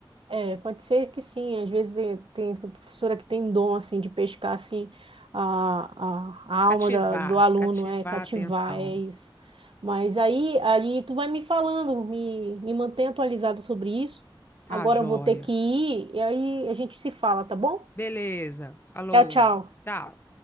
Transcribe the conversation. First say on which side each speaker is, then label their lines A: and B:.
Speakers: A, on the right (about 80°); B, on the left (about 25°).
A: É, pode ser que sim. Às vezes eh, tem professora que tem dom assim de pescar assim a, a, a
B: Cativar,
A: alma da- do aluno,
B: cativar
A: é cativar,
B: a atenção.
A: é isso. Mas aí, aí tu vai me falando, me, me mantém atualizado sobre isso.
B: Tá,
A: Agora
B: joia.
A: eu vou ter que ir e aí a gente se fala, tá bom?
B: Beleza, falou,
A: Tchau, tchau.
B: tchau.